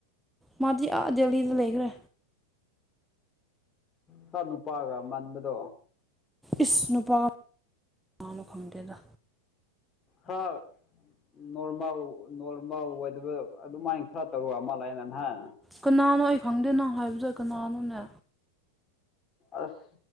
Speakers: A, in the centre; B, on the left.
A: ꯃꯥꯗꯤ ꯑꯥ ꯗꯦꯜꯂꯤꯗ ꯂꯩꯈ꯭ꯔꯦ꯫
B: ꯈꯔ ꯅꯨꯄꯥꯒ ꯃꯥꯟꯕꯗꯣ꯫
A: ꯏꯁ ꯅꯨꯄꯥ ꯃꯥꯟꯕ ꯈꯪꯗꯦꯗ꯫
B: ꯍꯥ ꯅꯣꯔꯃꯦꯜ ꯅꯣꯔꯃꯦꯜ ꯑꯣꯏꯗꯕ ꯑꯗꯨꯃꯥꯏꯅ ꯈꯔ ꯇꯧꯔꯒ ꯃꯥꯂꯦ ꯅꯍꯟ
A: ꯀꯅꯥꯅꯣ ꯑꯩ ꯈꯪꯗꯦ ꯅꯪ ꯍꯥꯏꯕꯗꯣ ꯀꯅꯥꯅꯣꯅꯦ꯫
B: ꯑꯁ